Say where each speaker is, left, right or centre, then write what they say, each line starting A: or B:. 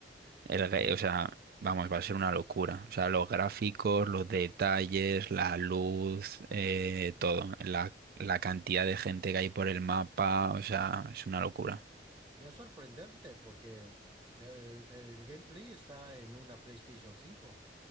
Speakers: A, on the right; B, on the right.
A: el ga- o sea, vamos, va a ser una locura. O sea, los gráficos, los detalles, la luz, eh, todo, la, la cantidad de gente que hay por el mapa, o sea, es una locura.
B: ¡Ya es sorprendente porque el, el gameplay está en una PlayStation 5.